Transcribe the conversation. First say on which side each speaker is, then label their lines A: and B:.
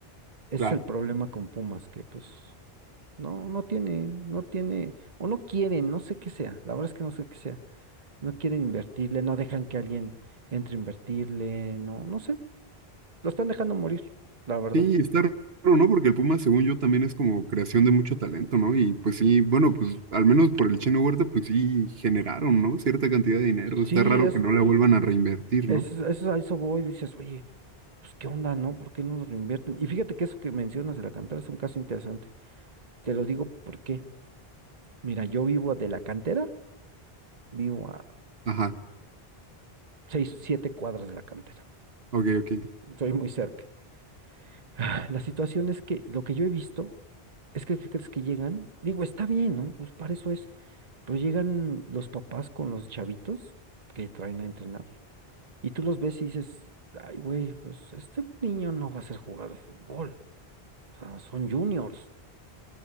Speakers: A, on the right; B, on the right.
A: Ese
B: claro.
A: es el problema con Pumas, que pues no, no tiene, no tiene, o no quieren, no sé qué sea, la verdad es que no sé qué sea, no quieren invertirle, no dejan que alguien entre a invertirle, no, no sé, lo están dejando morir, la verdad.
B: Sí, está raro, ¿no? Porque el Puma, según yo, también es como creación de mucho talento, ¿no? Y pues sí, bueno, pues al menos por el Chino Huerta, pues sí generaron, ¿no? Cierta cantidad de dinero. Está
A: Sí,
B: raro
A: es,
B: que no la vuelvan a reinvertir,
A: es,
B: ¿no?
A: es a eso voy, dices, oye, pues qué onda, ¿no? ¿Por qué no nos lo invierten? Y fíjate que eso que mencionas de la cantera es un caso interesante, te lo digo porque, mira, yo vivo de la cantera, vivo a
B: Ajá,
A: seis, siete cuadras de la cantera,
B: ok, ok,
A: soy muy cerca. Ah, La situación es que lo que yo he visto es que, ¿qué crees que llegan? Digo, está bien, ¿no? Pues para eso es. Pero llegan los papás con los chavitos que traen a entrenar y tú los ves y dices, ay, güey, pues este niño no va a ser jugar fútbol. O sea, son juniors,